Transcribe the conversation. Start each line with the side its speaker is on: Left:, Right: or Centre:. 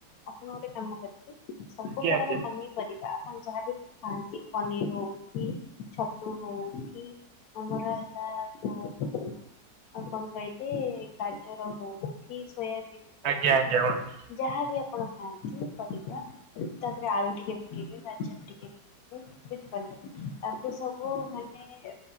Left: ଆପଣ ଗୋଟେ କାମ କରିବେ ସବୁ ପ୍ରଡରେ
Right: ଆଜ୍ଞା
Left: କମେଇ ପାରିବ। ହ ଯାହାବି ଖାଆନ୍ତି ପନିର ହଉ କି ଛତୁ ହଉ କି ଆମର ହେଲା ଯୋଉ କଣ କହିଲେ ଗାଜର ହଉ କି ହଉ
Right: ଆଜ୍ଞା ଆଜ୍ଞା
Left: କି
Right: ବନ୍ଧୁ
Left: ଯାହାବି ଆପଣ ଖାଆନ୍ତି ପରିବା ତାଧୀରେ ଆଳୁ ଟିକେ ପକେଇ ବି ପାରି ଟିକେ <unintelligible> ତାକୁ ସବୁ ମାନେ